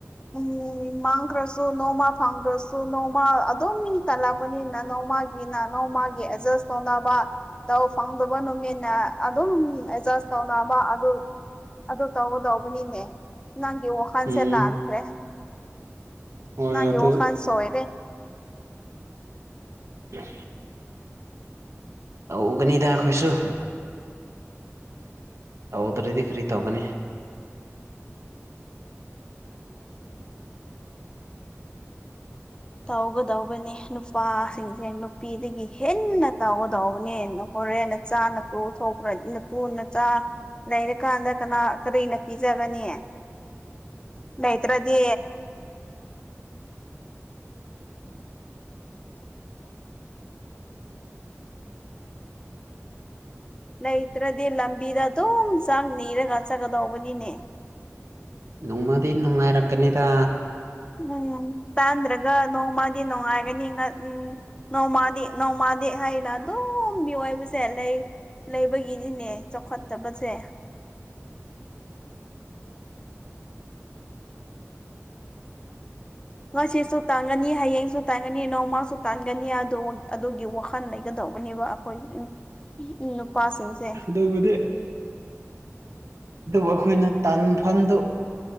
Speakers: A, on the left; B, on the right.
A: ꯎꯝ ꯃꯥꯥꯡ꯭ꯈꯔꯁꯨ ꯅꯣꯡꯃ ꯐꯥꯗꯔꯁꯨ ꯅꯣꯡꯃ ꯑꯗꯨ ꯇꯜ ꯄꯅꯤꯅ ꯅꯣꯡꯃꯥꯒꯤꯅ ꯅꯣꯡꯃꯥꯒꯤ ꯑꯦꯗꯖꯁ ꯇꯧꯅꯕ ꯇꯧ ꯐꯪꯗꯕ ꯅꯨꯃꯤꯠꯅ ꯑꯗꯨꯝ ꯑꯦꯖꯁ ꯇꯧꯅꯕ ꯑꯗꯨ ꯑꯗꯨꯗ ꯇꯒꯗꯧꯕꯅꯤꯅꯦ ꯅꯪꯒꯤ ꯋꯥꯈꯟꯁꯦ
B: ꯎꯝ
A: ꯂꯥꯜꯈꯔꯦ
B: ꯍꯣꯏ
A: ꯅꯪꯒꯤ
B: ꯑꯗꯨ
A: ꯋꯥꯈꯥꯟ ꯆꯣꯏꯔꯦ
B: <unintelligible> ꯇꯧꯒꯅꯤꯗꯥ ꯈꯣꯏꯁꯨ ꯇꯧꯗ꯭ꯔꯗꯤ ꯀꯔꯤ ꯇꯧꯒꯅꯤ
A: ꯇꯧꯒꯗꯧꯕꯅꯦ ꯅꯨꯄꯥꯁꯤꯡꯁꯦ ꯅꯨꯄꯤꯗꯒꯤ ꯍꯦꯟꯅ ꯇꯧꯒꯗꯧꯕꯅꯦ꯫ ꯍꯣꯔꯦꯟꯅ ꯆꯥꯅ ꯇꯣꯛ ꯊꯣꯛꯈ꯭ꯔꯗꯤ ꯅꯇꯨ ꯅꯆꯥ ꯫ ꯂꯩꯔꯀꯥꯟꯗ ꯀꯅꯥ ꯀꯔꯤꯅ ꯄꯤꯖꯒꯅꯤ ꯂꯩꯇ꯭ꯔꯗꯤ ꯂꯩꯇ꯭ꯔꯗꯤ ꯂꯝꯕꯤꯗ ꯑꯗꯨꯝ ꯆꯥꯛ ꯅꯤꯔꯒ ꯆꯠꯀꯗꯧꯕꯅꯤꯅꯦ
B: ꯅꯣꯡꯃꯗꯤ ꯅꯨꯡꯉꯥꯏꯔꯛꯀꯅꯤꯗ
A: ꯎꯝ ꯇꯥꯟꯗ꯭ꯔꯒ ꯅꯣꯡꯃꯗꯤ ꯅꯨꯡꯉꯥꯏꯒꯅꯤ ꯉ ꯎꯝ ꯅꯣꯡꯃꯥꯗꯤ ꯅꯣꯡꯃꯥꯗꯤ ꯍꯥꯏꯅ ꯑꯗꯨꯝ ꯃꯤꯑꯣꯏꯕꯁꯦ ꯂꯩ ꯂꯩꯕꯒꯤꯗꯤꯅꯦ ꯆꯥꯎꯈꯠꯇꯕꯁꯦ ꯉꯁꯤꯁꯨ ꯇꯥꯟꯒꯅꯤ ꯍꯌꯦꯡꯁꯨ ꯇꯥꯟꯒꯅꯤ ꯅꯣꯡꯃꯁꯨ ꯇꯥꯟꯒꯅꯤ ꯑꯗꯨ ꯑꯗꯨꯒꯤ ꯋꯥꯈꯜ ꯂꯩꯒꯗꯧꯕꯅꯦꯕ <unintelligible> ꯎꯝ ꯎꯝ ꯅꯨꯄꯥꯁꯤꯡꯁꯦ
B: ꯗꯨꯕꯨꯗꯤ ꯑꯗꯨꯕꯨ ꯑꯩꯈꯣꯏꯅ ꯇꯥꯟꯐꯝꯗꯨ